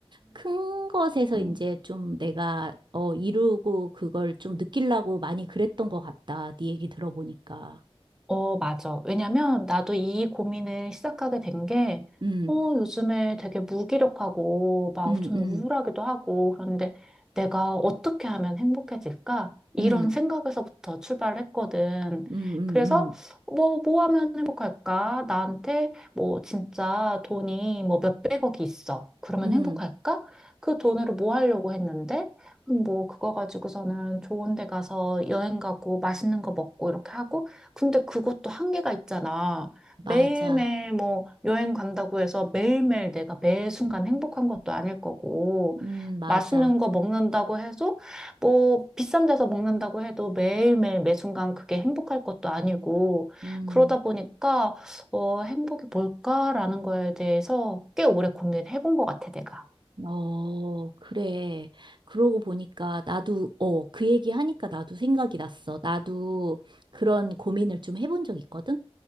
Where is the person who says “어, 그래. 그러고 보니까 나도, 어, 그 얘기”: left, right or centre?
Right